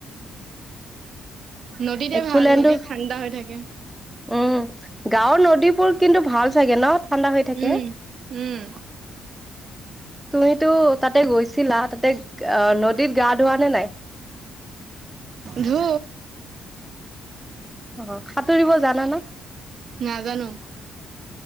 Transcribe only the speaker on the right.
নদীতে
ভাল নদীত ঠাণ্ডা হৈ থাকে।
উম, উম।
ধু।
নাজানো।